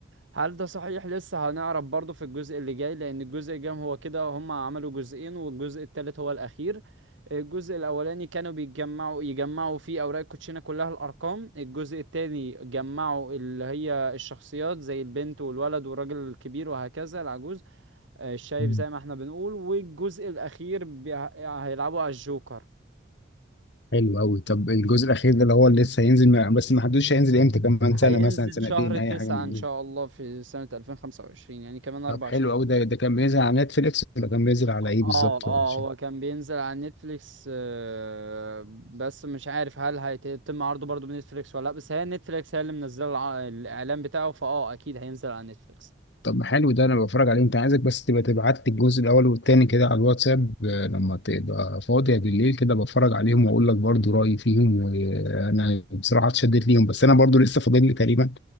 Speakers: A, on the right; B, on the left.
A: هل ده صحيح لسه هنعرف برضه في الجزء اللي جاي لان الجزء الجاي هو كده هم عملوا جزئين والجزء التالت هو الاخير الجزء الاولاني كانوا بيجمعوا يجمعوا فيه اوراق الكوتشينه كلها الارقام الجزء التاني جمعوا اللي هي الشخصيات زي البنت والولد والراجل الكبير وهكذا العجوز آه، الشايب
B: مم.
A: زي ما احنا بنقول والجزء الاخير بي- هيلعبوا على الجوكر
B: حلو قوي طب الجزء الاخير ده اللي هو اللي لسه هينزل ما- بس ما حدوش هينزل امتى كمان
A: هينزل
B: سنة مثلا سنتين
A: شهر
B: اي
A: تسعة
B: حاجة من
A: ان
B: دي
A: شاء الله في سنة 2025 يعني كمان اربع
B: طب حلو
A: شهور
B: قوي ده ده كان بينزل على نتفليكس ولا كان بينزل على ايه
A: اه
B: بالظبط
A: اه
B: عشان
A: هو كان بينزل على نتفليكس آه، بس مش عارف هل هيتم عرضه برضه بنتفليكس ولا لا بس هي نتفليكس هي اللي منزله الع- الاعلان بتاعه فاه اكيد هينزل على نتفليكس
B: طب ما حلو ده انا بتفرج عليه انت عايزك بس تبقى تبعت لي الجزء الاول والتاني كده على الواتساب آه، لما تبقى فاضيه بالليل كده بتفرج عليهم واقول لك برضو رايي فيهم وانا بصراحه اتشدت ليهم بس انا برضو لسه فاضل لي تقريبا